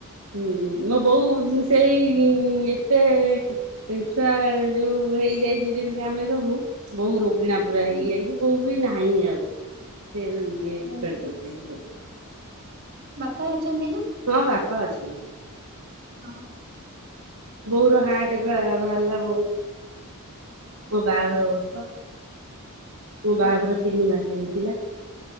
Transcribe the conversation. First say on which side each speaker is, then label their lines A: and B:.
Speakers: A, on the right; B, on the right.
A: ହୁଁ ମୋ ବୋଉ ସେଇ ଏତେ ଛୁଆ ଯୋଉ ହେଇଯାଇଚି ଯେମିତି ଆମେ ସବୁ ବୋଉ ରୋଗିଣା ପୁରା
B: ହୁଁ,
A: ହେଇଯାଇକି ବୋଉ ବି ନାହିଁ ଆଉ। ସେ ଏବେ ଏକ୍ସପାୟାର୍ଡ
B: ଓହୋ
A: କରି ଯାଇଚି ବୋଉ।
B: ବାପା ଅଛନ୍ତି ନା?
A: ହଁ ବାପା ଅଛନ୍ତି।
B: <unintelligible>
A: ବୋଉର ହାର୍ଟ ବା ବାହାରିଲା, ବୋଉ ମୋ ବାହାଘର ବର୍ଷ, ମୋ
B: ହଁ
A: ବାହାଘର ତିନି ମାସ ହେଇଥିଲା।